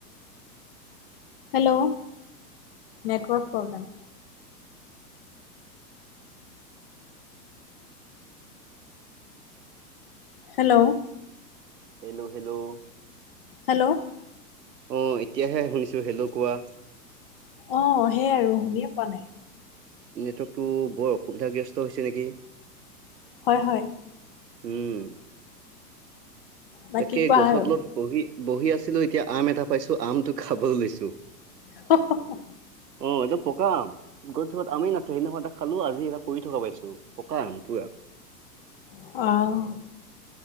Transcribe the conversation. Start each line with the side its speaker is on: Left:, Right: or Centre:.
Left: Hello! Network problem. Hello!
Right: Hello! Hello!
Left: Hello.
Right: অঁ এতিয়াহে শুনিছোঁ হেল্লৌ! কোৱা।
Left: অঁ সেইয় আৰু শুনিয়ে পোৱা নাই
Right: নেটৱৰ্কটো বৰ অসুবিধাগ্ৰস্ত হৈছে নেকি?
Left: হয়ঁ হয়ঁ।
Right: উমঁ!
Left: বাকী
Right: তাকে
Left: কোৱা
Right: গছৰ
Left: আৰু।
Right: তলত বহি বহি আছিলো এতিয়া আম এটা পাইছো আমটো খাব লৈছো।
Left: স্ স্ সহ
Right: অঁ! এইটো পকা আম। গছজোপাত আমেই নাছিলে সেইদি এটা খালো আজি এটা পৰি থকা পাইছো পকা আম পুৰা।
Left: অঁ!